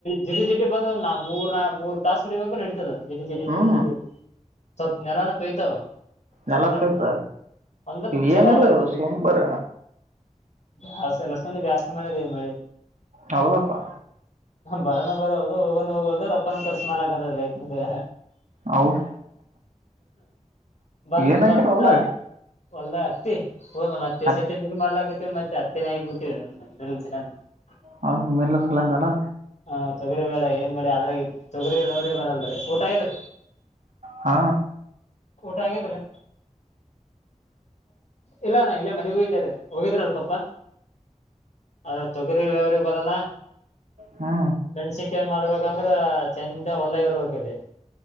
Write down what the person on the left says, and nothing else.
ಜಿಟಿ ಜಿಟಿ ಬಂದ ನಾ ಮೂರ್ ನಾ ಮೂರ್ ತಾಸ ಹೊಡಿಬೇಕು ನಡಿತದ ಜಿಟಿ ಜಿಟಿ
ಜಿಟಿ ಜಿಟಿ ಸ್ವಲ್ಪ್ ನೆಲನ ತೊಯ್ತಾವ.
ಮಣ್ಣ
ಅಂದ್ರ
ಚಲೋ
ಬೆಳಿ.
ಬ ಎಲ್ಲ ಸಂದ ಬ್ಯಾಸ್ ಮಾಡದೇ ಮಾಡಿ <unintelligible>
ಸುಮ್ಮೂನ್ ಬರನು ಬರಲ್ದು ಹೋಗನ ಹೋಗಲ್ದು ರೊಕ್ಕನು ಖರ್ಚ್ ಮಾಡ್ಲಗತದ ರೈತರದ.
ಬಂದ
ಬಂತ. ಹೋಲ್ದಾಗ ಹತ್ತಿ ಹ ಮತ್ತೆ
ಸತಿ ಮೇಲ್ ಮಾಡ್ಲಕ್ ಬಿಟ್ಟೀವಿ ಮತ್ತೆ ಹತ್ತಿನೇ ಹಾಕ್ ಬಿಟ್ಟಿವ ಮಲ್ಸ <unintelligible>
ಹ ತೊಗರಿ ಬೇಳೆ ಏನ್ ಬೆೇಳೆ ಅದ್ರಾಗಿ ತೊಗರಿವರಿ ಬರಲ್ರಿ ಊಟ ಆಗ್ಯದ್ರಿ
ಊಟ ಆಗ್ಯದ್ರಿ ಇಲ್ಲ ಅಣ್ಣ ಇಲೇ ಮನಿಗ ಹೋಗಿದ್ದೆರಿ ಹೋಗಿದ್ರ ಅಲ್ ಪಪ ಅದ ತೊಗರಿ ವ್ಯವರೀ ಬರಲ್ಲ
ಮೆಣಸಿಕಾಯಿ ಮಾಡ್ಬೇಕಂದ್ರೆ ಚೆಂತನ ಹೂಲದಾಗ ಇರ್ಬೇಕಲ್ಲಿ